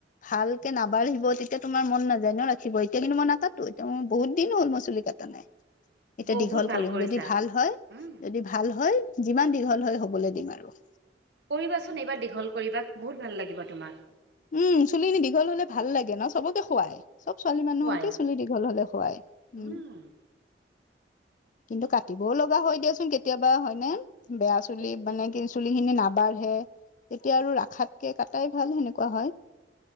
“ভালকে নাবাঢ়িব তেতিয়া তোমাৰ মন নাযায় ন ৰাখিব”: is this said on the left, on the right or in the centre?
Left